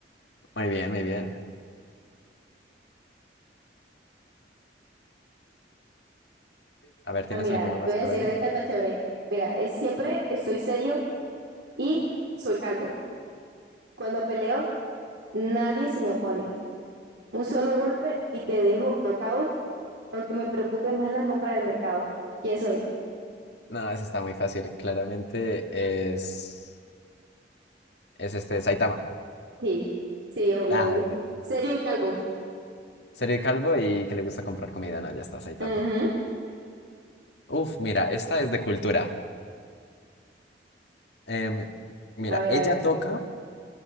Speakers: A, on the left (about 70°); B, on the right (about 75°).
A: Muy bien, muy bien. A ver,
B: Ah,
A: ¿tienes
B: mira,
A: alguno más
B: te voy a
A: para
B: decir,
A: mí?
B: esta está chévere. Mira, es siempre estoy serio y soy calvo. Cuando peleo, nadie se me opone. Un solo golpe y te dejo knockout, aunque me preocupe más la compra del mercado. ¿Quién soy?
A: No, ese está muy fácil. Claramente es, es este Saitama.
B: Sí, sí, obvio,
A: Ah,
B: obvio. Serio y calvo.
A: serio calvo y que le gusta comprar comida. No, ya está Saitama.
B: Ujú.
A: Uf, mira, esta es de cultura. Em, mira,
B: A ver,
A: ella
B: a ver.
A: toca,